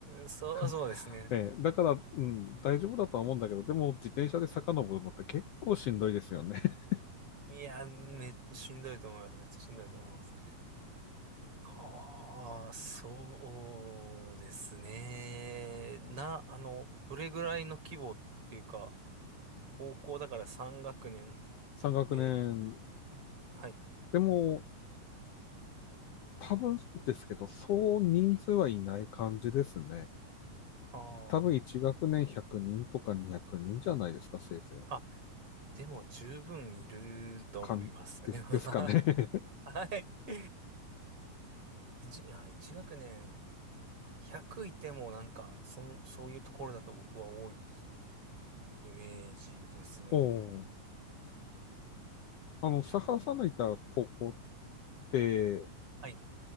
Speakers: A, on the right; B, on the left.
A: そう、
B: <laughs>
A: そうですね。
B: ええだから、うん、大丈夫だとは思うんだけど、でも自転車で遡るのって結構しんどいですよね。<laughs>
A: いや、め、しんどいと思います。めっちゃしんどいと思います。はあ、そうですね。な、あの、どれぐらいの規模っていうか、高校だから3学年
B: 3学年。
A: で、はい。
B: でも、多分ですけど、そう人数はいない感じですね。
A: はい。あー
B: 多分1学年100人とか200人じゃないですか、せいぜい。
A: あ、でも十分いると思います。
B: かん、です、
A: <laughs>
B: ですかね。<laughs>
A: はい。一いや、一学年100いてもなんか、そん、そういうところだと僕は多いイメージですね。
B: おーあの、佐原さんのいた高校って、
A: はい。